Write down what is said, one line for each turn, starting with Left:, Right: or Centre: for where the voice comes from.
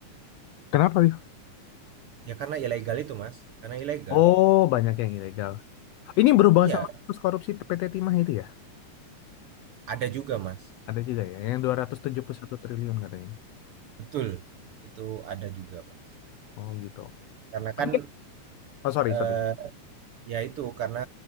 Left: Kenapa, Will?
Right: ya karena ilegal itu Mas, karena ilegal.
Left: Oh, banyak yang ilegal. Ini berhubungan
Right: Iya,
Left: sama kasus korupsi PT Timah itu ya?
Right: ada juga Mas,
Left: Ada juga ya, yang 271 triliun katanya.
Right: betul, itu ada juga Mas.
Left: Oh gitu.
Right: Karena
Left: Tapi
Right: kan,
Left: kan- Oh sorry,
Right: eee,
Left: sorry.
Right: ya itu, karena